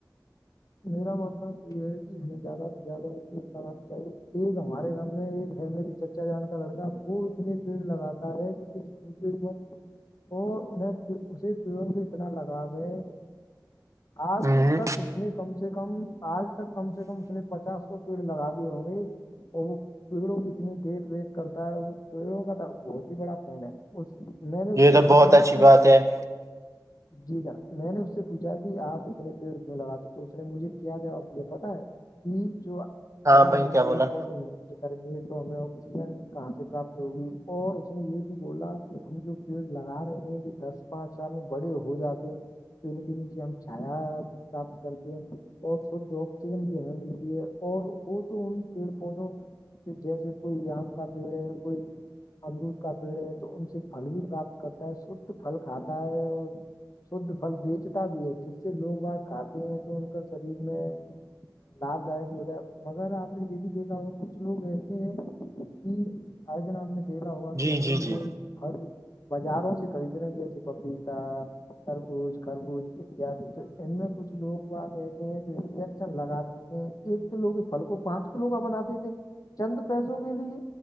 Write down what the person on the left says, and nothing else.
میرا مطلب یہ ہے کہ ہمیں زیادہ سے زیادہ لگانا چاہیے ایک ہمارے گام میں ایک ہے میے چ بچا جان کا لڑکا وہ اتنے پیڑ لگاتا ہے کہ کچھ پچ اور انہیں اسی پیڑوں سے اتنا لگاؤ ہے آج
تک اس نے کم سے کم آج تک کم سے کم اس نے پچاس سو پیڑ لگا دی ہوں گی اور وہ پیڑوں کی اتنی دیکھ ریکھ کرتا ہے وہ پیڑوں کا تو بہت ہی بڑا فین ہے اس میں نے اس
سے
پوچھا
کہ
جی جان میں نے اس سے پوچھا کہ آپ اتنے پیڑ اتنے لگاتے تو اس نے مجھے کیا جواب دیا پتا ہے کہ جو
اگر
ہم
پیڑ پودے کریں گے تو ہمیں آکسیجن کہاں سے پراپت ہوگی اور اس نے یہ بھی بولا کہ ہم جو پیڑ لگے رہے ہیں کہ دس پانچ سال میں بڑے ہو جاتے ہیں تو ان کے نیچے ہم چھایا سپت کرتی ہے <inaudible> اور شھ آکسیجن بھی ہمیں ملتی ہے اور وہ تو ان پیڑ پودوں جیسے کوئی آم کا پیڑ ہے کوئی امرود کا پیڑ ہے تو ان سے پھل بھی پراپت کرتا ہے شھ پھل کھاتا ہے اور شھ فل بیچتا بھی ہے جس سے لوگ وہاں کھاتے ہیں تو ان کا شریر میں لپ گائ بھی ہوتاائے مگر آپ نے یہ بھی دیکھا ہو کچھ لوگ ایسے ہیں <inaudible> کی آیجن آپ نے دیکھا ہوا
کہ ہم
جو پل بازاروں کبھی جنے گیاچ پپیتا خربوش خربوش <inaudible> اتیاد تو ای میں کچھ لگ آا گئے <inaudible> جو انجیکشن لگات دی تھے ایک کلو کے پھل کو پانچ کلو کا بناتے تھے چند پیسوں کے لیے